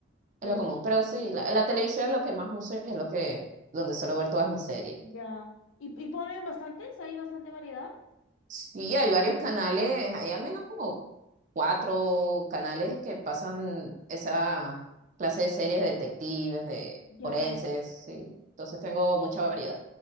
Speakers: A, on the right (about 40°); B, on the left (about 80°).
A: Es
B: Pero
A: lo común. Pero sí, la, la televisión es lo que más uso y es lo que, donde suelo ver todas mis series.
B: ya. ¿Y, y ponen bastantes? ¿Hay bastante variedad?
A: Sí, hay varios canales, hay al menos como cuatro canales que pasan esa clase de series de detectives, de
B: Ya.
A: forenses, sí. Entonces tengo mucha variedad.